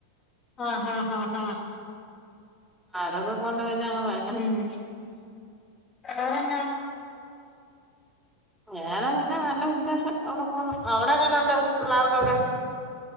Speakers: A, on the left; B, in the centre.
A: അഹ അഹ അഹ അഹ
B: ആതൊക്കെ കൊണ്ട് പിന്നെ അ
A: ഉം വെറെന്നാ.
B: വേറെ പിന്നെ നല്ല വിശേഷം അവിടെ പോകണ് അവിടെ ങ്ങനെണ്ട് പിള്ളേർക്കൊക്കെ